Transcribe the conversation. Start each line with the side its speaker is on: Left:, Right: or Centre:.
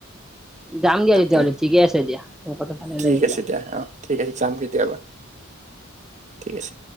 Centre: যাম দিয়া
Right: তাকে
Centre: তেতিয়াহ'লে ঠিকে আছে দিয়া, কথা ভাল
Right: ঠিক
Centre: লাগে দিয়া।
Right: আছে দিয়া, অৱ। ঠিক আছে যাম কেতিয়াবা, ঠিক আছে।